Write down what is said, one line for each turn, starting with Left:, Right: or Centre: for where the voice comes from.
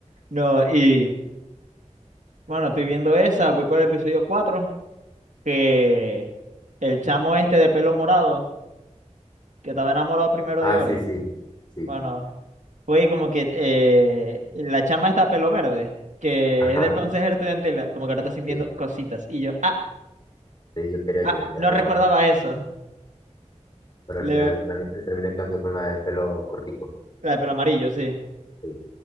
Right: No, y bueno, estoy viendo esa, voy por el episodio 4 que el chamo este de pelo morado, que estaba enamorado primero
Left: Ah,
Right: de Ori,
Left: sí, sí, sí,
Right: bueno, fue como que eh, la chama está pelo verde, que
Left: ajá,
Right: es del consejero estudiantil, como que ahora está sintiendo
Left: sí.
Right: cositas, y yo, ah,
Left: Sí, yo quería
Right: ah,
Left: que ella
Right: no
Left: quedara
Right: recordaba
Left: con él,
Right: eso,
Left: pero
Right: Le-
Left: al final él, termi- él termina quedando con la de pelo cortico.
Right: la de pelo amarillo, sí,
Left: Sí.